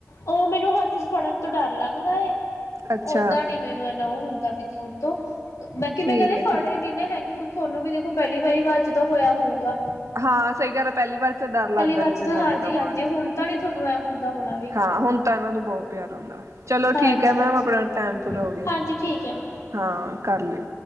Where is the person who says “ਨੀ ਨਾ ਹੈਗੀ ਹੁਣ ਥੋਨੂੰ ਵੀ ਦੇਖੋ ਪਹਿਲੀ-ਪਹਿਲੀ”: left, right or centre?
Left